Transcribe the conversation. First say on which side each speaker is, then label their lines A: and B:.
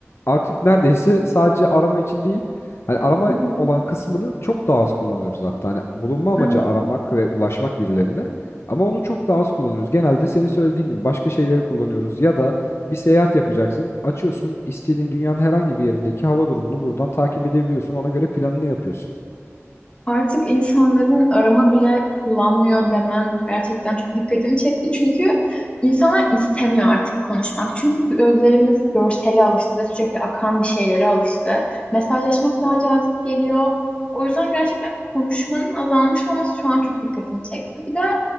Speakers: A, on the left; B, on the left.
A: artık neredeyse <laughs> sadece arama için değil Hani arama
B: hı hı.
A: olan kısmını çok daha az kullanıyoruz hatta. Hani bulunma amacı
B: Evet.
A: aramak ve ulaşmak birilerine. Ama onu çok daha az kullanıyoruz. Genelde senin söylediğin gibi başka şeyleri kullanıyoruz ya da bir seyahat yapacaksın. Açıyorsun istediğin dünyanın herhangi bir yerindeki hava durumunu buradan takip edebiliyorsun. Ona göre planını yapıyorsun.
B: Artık insanların arama bile kullanmıyor demen gerçekten çok dikkatimi çekti. Çünkü insanlar istemiyor artık konuşmak. Çünkü gözlerimiz görsele alıştı ve sürekli akan bir şeylere alıştı. Mesajlaşmak daha cazip geliyor. O yüzden gerçekten konuşmanın azalmış olması şu an çok dikkatimi çekti. Bir de